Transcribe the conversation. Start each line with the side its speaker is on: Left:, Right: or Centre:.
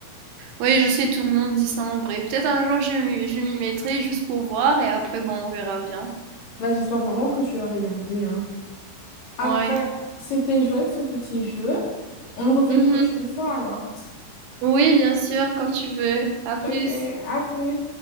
Right: Oui, je sais, tout le monde dit ça en vrai. Peut-être un jour je m'y je m'y mettrai juste pour voir et après, bon, on verra bien.
Left: Bah, j'espère vraiment que tu vas regarder, hein. Après,
Right: Ouais.
Left: c'était chouette ce petit jeu. On le refait
Right: Mhm.
Left: une prochaine fois alors.
Right: Oui, bien sûr, quand tu veux. À plus.
Left: Ok, à plus.